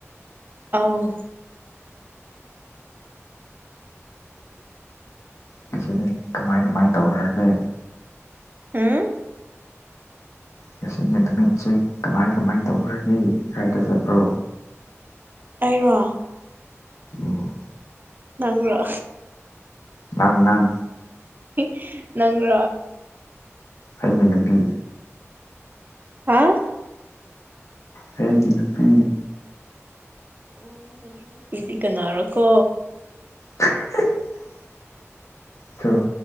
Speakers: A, on the right (about 40°); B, on the left (about 75°).
A: ꯑꯥꯎ
B: ꯉꯁꯤꯗꯤ ꯀꯃꯥꯏ ꯀꯃꯥꯏ ꯇꯧꯔꯒꯦ
A: ꯍꯨꯝ
B: ꯉꯁꯤꯒꯤ ꯅꯨꯃꯤꯠꯁꯤ ꯀꯃꯥꯏ ꯀꯃꯥꯏ ꯇꯧꯈ꯭ꯔꯒꯦ ꯀꯥꯏꯗ ꯆꯠꯄ꯭ꯔꯣ
A: ꯑꯩꯔꯣ
B: ꯎꯝ
A: ꯅꯪꯔꯣ
B: ꯅꯪ ꯅꯪ
A: ꯍ‌ꯤ ꯅꯪꯔꯣ
B: ꯑꯩꯅ ꯅꯨꯄꯤ
A: ꯍꯥ
B: ꯑꯩꯒꯤ ꯅꯨꯄꯤ
A: ꯑꯣ ꯅꯪꯒꯤ ꯅꯨꯄꯤꯗꯤ ꯀꯅꯥꯔꯣꯀꯣ
B: ꯍꯤ <unintelligible> ꯁꯣ